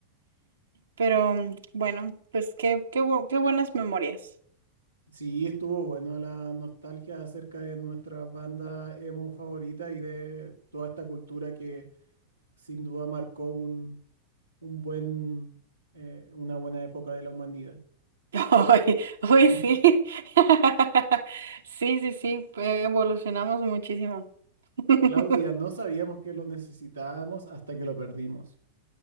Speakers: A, on the right; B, on the right.
A: Pero mm, bueno, pues qué, qué, bu- qué buenas memorias.
B: Sí, estuvo bueno la nostalgia acerca de nuestra banda emo favorita y de toda esta cultura que sin duda marcó un, un buen, eh, una buena época de la humanidad.
A: <laughs> Hoy, hoy
B: <laughs>
A: sí. <laughs> Sí, sí, sí, eh, evolucionamos muchísimo. <laughs>
B: Claudia, no sabíamos que lo necesitábamos hasta que lo perdimos.